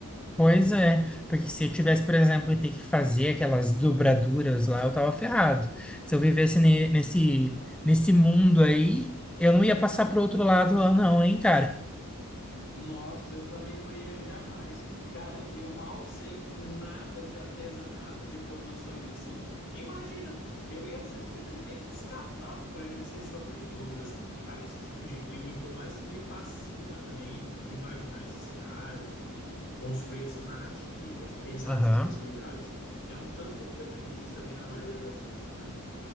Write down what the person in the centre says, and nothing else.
Pois é, porque se eu tivesse, por exemplo, ter que fazer aquelas dobraduras lá, eu tava ferrado. Se eu vivesse ne- nesse, nesse mundo aí, eu não ia passar pro outro lado lá, não, hein, cara?
Aham.